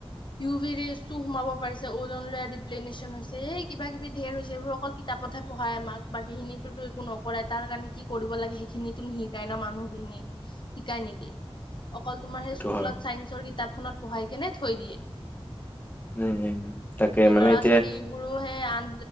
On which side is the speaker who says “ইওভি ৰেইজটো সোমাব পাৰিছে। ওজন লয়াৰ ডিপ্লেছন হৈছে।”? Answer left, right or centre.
Left